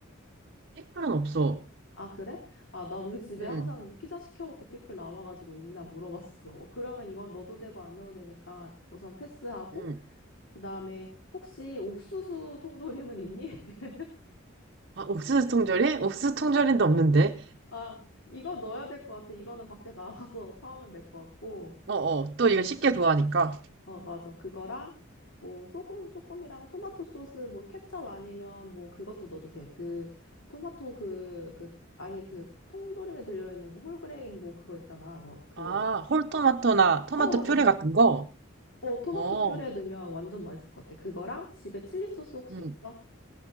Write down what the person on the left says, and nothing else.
아, 그래? 아, 나 우리 집에
항상 피자 시켜 먹고 피클 나와가지고 있나 물어봤어. <laughs> 그러면 이건 넣어도 되고 안 넣어도 되니까 우선 패스하고,
그 다음에 혹시 옥수수 통조림은 있니? <laughs>
아, 이거 넣어야 될 것 같아. 이거는 밖에 나가서 사오면 될 것 같고.
어,
어, 맞아. 그거랑 뭐 소금 조금이랑 토마토 소스 뭐 케첩 아니면 뭐 그것도 넣어도 돼. 그 토마토 그, 그 아예 그 통조림에 들려있는 그 홀그레인 뭐 그거 있잖아. 뭐 그,
어, 맞아.
어, 토마토
퓨레 넣으면 완전 맛있을 것 같아. 그거랑 집에 칠리 소스 혹시
있어?